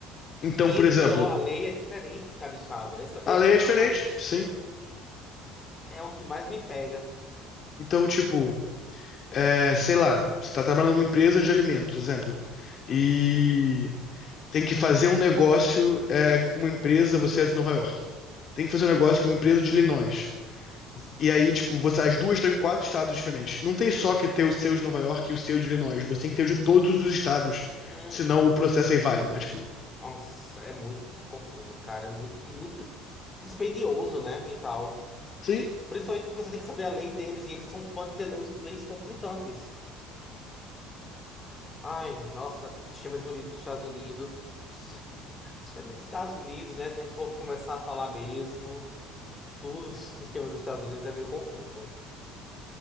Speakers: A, on the left; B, on the left.
A: Então,
B: E
A: por
B: o
A: exemplo,
B: pior, a lei é diferente em cada estado. Essa,
A: a
B: esse
A: lei
B: é
A: é
B: que
A: diferente,
B: é o mais,
A: sim.
B: é o que mais me pega.
A: Então, tipo, é, sei lá, você tá trabalhando numa empresa de alimentos, exemplo, e tem que fazer um negócio é, com uma empresa, você é de Nova York. Tem que fazer um negócio com uma empresa de Illinois. E aí, tipo, você, as duas estão em quatro estados diferentes. Não tem só que ter o seu de Nova York e o seu de Illinois. Você tem que ter o de todos os estados.
B: Uhum.
A: Senão o processo é inválido. É tipo,
B: Nossa, é muito confuso, cara. É muito, e muito dispendioso, né? E tal.
A: Sim.
B: Principalmente porque você tem que saber a lei deles e eles são, pode ter leis, leis conflitantes. Ai, nossa, sistema jurídico dos Estados Unidos. os <laughs> Sistemas dos Estados Unidos, né? Se a gente for começar a falar mesmo, tudo dos sistemas dos Estados Unidos é meio confuso.